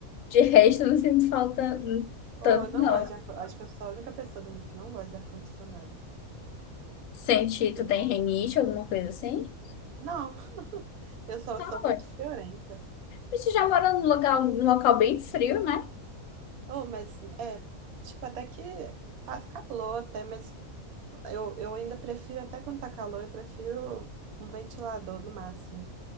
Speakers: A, on the left; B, on the right.
A: De resto, eu não sinto falta hum,
B: Oh,
A: tanto,
B: eu não
A: não.
B: gosto de ar... Acho que eu sou a única pessoa do mundo que não gosta de ar-condicionado.
A: Senti, tu
B: Eu...
A: tem rinite, alguma coisa assim?
B: Não, <laughs> eu só
A: Ah,
B: sou muito
A: pode.
B: friorenta.
A: Você já mora num local, num local bem frio, né?
B: Oh, mas é, tipo, até que faz calor até, mas Eu, eu ainda prefiro, até quando tá calor, eu prefiro um ventilador no máximo.